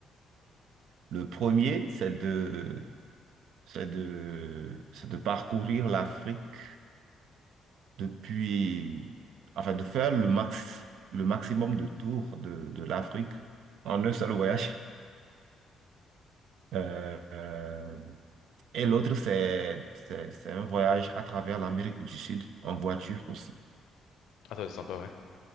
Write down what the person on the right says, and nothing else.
Le premier, c'est de, c'est de, c'est de parcourir l'Afrique depuis, enfin, de faire le max, le maximum de tours de, de l'Afrique en un seul voyage. Euh, euh, et l'autre, c'est, c'est, c'est un voyage à travers l'Amérique du Sud en voiture aussi.